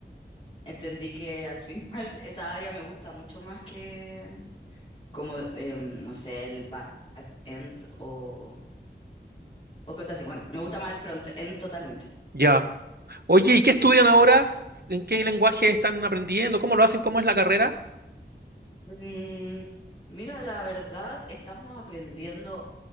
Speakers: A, on the left; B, on the right.
A: entendí que al final <laughs> esa área me gusta mucho más que como, em, no sé, el back-end o, o cosas así. Bueno, me gusta más el front-end totalmente.
B: ya. Oye, ¿y qué estudian ahora? ¿En qué lenguaje están aprendiendo? ¿Cómo lo hacen? ¿Cómo es la carrera?
A: Mm, Mira, la verdad, estamos aprendiendo